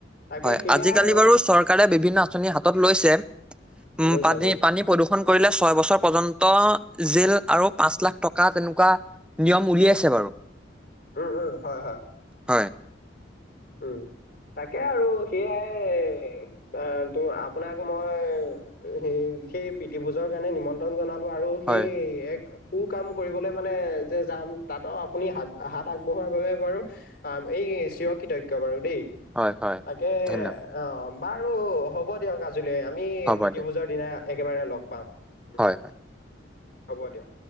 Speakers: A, on the left (about 55°); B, in the centre.
A: তাকে
B: হয়,
A: সেয়াই
B: আজিকালি
A: আৰু
B: বাৰু চৰকাৰে বিভিন্ন আঁচনি হাতত লৈছে। উম,
A: লৈছা
B: পানী,
A: লৈছা
B: পানী প্ৰদূষণ কৰিলে ছয় বছৰ পৰ্যন্ত জেল আৰু পাঁচ লাখ টকা তেনেকুৱা নিয়ম উলিয়াইছে বাৰু।
A: উম, উম। হয়, হয়।
B: হয়।
A: উম, তাকে আৰু সেয়াই কাৰণটো আপোনাক মই, সেই, সেই প্ৰীতিভোজৰ কাৰণে নিমন ন্ত্ৰণ জনালো আৰু সেই
B: হয়,
A: এক কু-কাম কৰিবলৈ মানে, যে যাম, তাতো আপুনি হাত, হাত আগবঢ়োৱাৰ বাবে বাৰু আম, এই চিৰকৃতজ্ঞ তজ্ঞ বাৰু দেই,
B: হয়, হয়
A: তাকে
B: ধন্যবাদ
A: অ', বাৰু হ'ব দিয়ক আজ জুলে আমি
B: হ'ব
A: প্ৰীতিভোজৰ
B: দিয়ক
A: দিনা একেবাৰে লগ পাম উম,
B: হয়।
A: হ'ব দিয়ক।